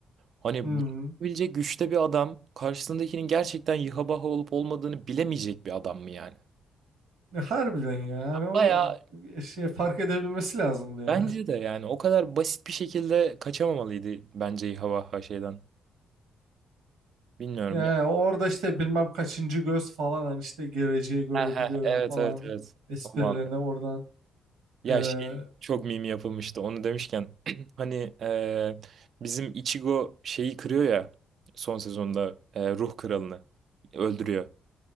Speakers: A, on the right; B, on the right.
A: Hani
B: Hmm.
A: bilecek güçte bir adam karşısındakinin gerçekten yıha baha olup olmadığını bilemeyecek bir adam mı yani?
B: Ya Harbiden ya. Yani onu
A: Bayağı
B: e, şey fark edebilmesi lazımdı ya.
A: Bence de yani o kadar basit bir şekilde kaçamamalıydı bence İHA şeyden. Bilmiyorum
B: Yani
A: ya.
B: orada işte bilmem kaçıncı göz falan hani işte geleceği görebiliyorum
A: Heh heh, Evet
B: falan
A: evet evet.
B: esprilerine
A: O muhabbet.
B: oradan
A: Ya
B: eee,
A: şey çok mimi yapılmıştı onu demişken. <clears throat> hani e, bizim Ichigo şeyi kırıyor ya son sezonda e, ruh kralını öldürüyor.